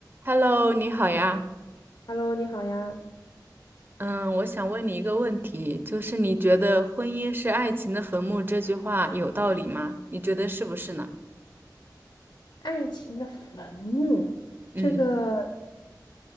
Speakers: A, on the right; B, on the left.
A: Hello，你好呀。
B: Hello，你好呀。
A: 嗯，我想问你一个问题，就是你觉得“婚姻是爱情的坟墓”这句话有道理吗？你觉得是不是呢？
B: 爱情的坟墓，
A: 嗯
B: 这个